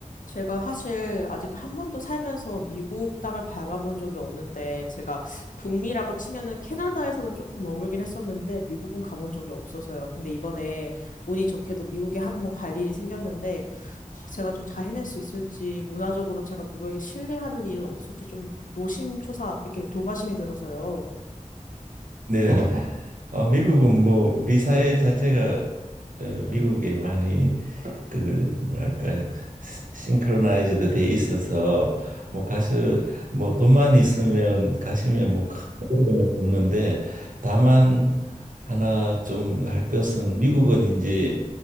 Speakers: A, on the left (about 75°); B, on the right (about 75°).
A: 제가 사실 아직 한 번도 살면서 미국 땅을 밟아본 적이 없는데, 제가 북미라고 치면은 캐나다에서는 조금 머물긴 했었는데, 미국은 가본 적이 없어서요. 근데 이번에 운이 좋게도 미국에 한 번 갈 일이 생겼는데, 아, 제가 좀 잘 해낼 수 있을지, 문화적으로 제가 누구에게 신뢰하는 일은 없을지 좀 노심초사, 이렇게 조바심이 들어서요.
B: 네, 어, 미국은 뭐 우리 사회 자체가 어, 미국에 많이 그 뭐랄까요 싱크로나이즈드 돼 있어서 뭐 가수 뭐 돈만 있으면 가시면 뭐큰 어려움 없는데 다만 하나 좀 할 것은 미국은 이제